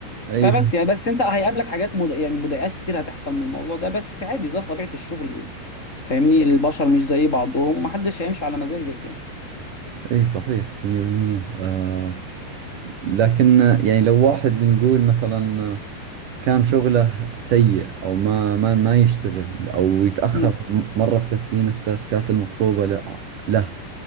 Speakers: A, on the right (about 55°); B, on the left (about 15°).
A: أي
B: فبس يعني بس انت هيقابلك حاجات مد... يعني مضايقات كتير هتحصل من الموضوع ده بس عادي ده طبيعة الشغل يعني فاهمني البشر مش زي بعضهم محدش هيمشي على مزاجك يعني
A: أي صحيح 100% آه لكن آه، يعني لو واحد لنقول مثلا آه، كان شغله سيء أو ما ما ما يشتغل أو يتأخر
B: مم.
A: م- مرة في تسليم التاسكات المطلوبة ل- له